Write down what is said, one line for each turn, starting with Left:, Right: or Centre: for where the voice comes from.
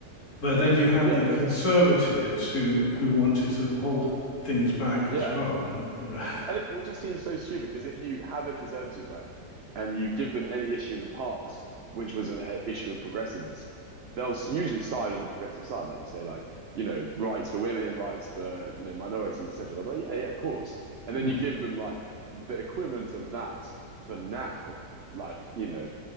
Left: But then you have
Right: Yeah.
Left: the
Right: Yeah.
Left: conservatives
Right: Definitely.
Left: who who want to sort of hold things back
Right: Yeah.
Left: as well. You know,
Right: And it, and it just seems so stupid because if you have a conservative right and you give them any issue in the past, which was an uh, issue of progressiveness, they'll usually side on the progressive side, like you say, like you know rights for women, rights for you know minorities, etc. They'll be like, yeah, yeah, of course. And then
Left: mm.
Right: you give them like the equivalent of that for now, like you know